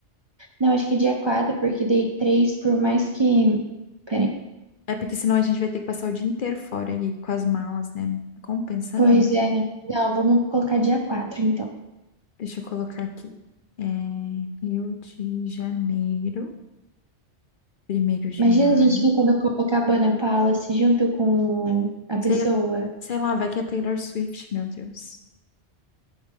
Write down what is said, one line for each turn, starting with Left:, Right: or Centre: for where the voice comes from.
Right: Não, acho que é dia 4 porque dei 3 por mais que. Peraí.
Left: É porque senão a gente vai ter que passar o dia inteiro fora e aí com as malas, né? Não Compensa
Right: Pois
Left: não.
Right: é. Não, vamos colocar dia 4 então.
Left: Deixa eu colocar aqui. É, Rio de Janeiro, primeiro de
Right: Imagina
Left: maio.
Right: a gente ficando com a Copacabana Palace junto com a pessoa.
Left: Sei, sei lá, vai que é Taylor Swift, meu Deus.